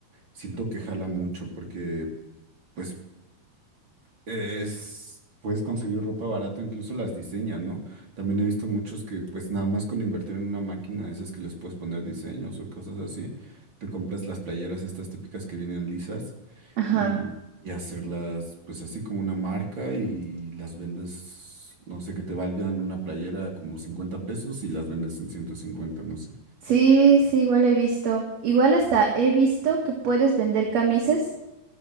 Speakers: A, on the right; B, on the right.
A: siento que jala mucho porque, pues Es, puedes conseguir ropa barato, incluso las diseñan, ¿no? También he visto muchos que pues nada más con invertir en una máquina de esas que les puedes poner diseños o cosas así, te compras las playeras estas típicas que vienen lisas
B: ajá.
A: y, y hacerlas pues así como una marca y las vendes, no sé, que te valgan una playera como 50 pesos y las vendes en ciento cincuenta no sé.
B: Sí, sí, igual he visto. Igual hasta he visto que puedes vender camisas,